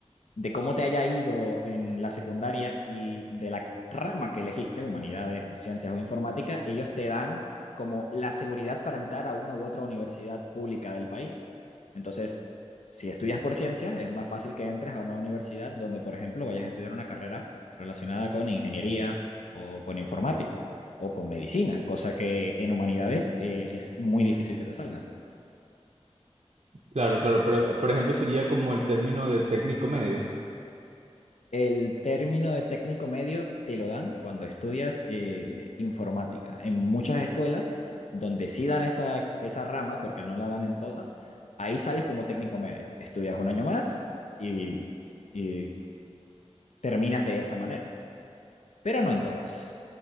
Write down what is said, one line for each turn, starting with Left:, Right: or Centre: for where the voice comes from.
Left: de cómo te haya ido en la secundaria y de la rama que elegiste, humanidades o ciencias o informática, ellos te dan como la seguridad para entrar a una u otra universidad pública del país. Entonces, si estudias por ciencias, es más fácil que entres a una universidad donde, por ejemplo, vayas a estudiar una carrera relacionada con ingeniería o con informática o con medicina, cosa que en humanidades eh, es muy difícil que te salga.
Right: Claro, claro, pero eh, por ejemplo sería como el término de técnico medio.
Left: El término de técnico medio te lo dan cuando estudias eh, informática. En muchas escuelas donde sí dan esa, esa rama, porque no la dan en todas, ahí sales como técnico medio. Estudias un año más y, y terminas de esa manera, pero no en todas.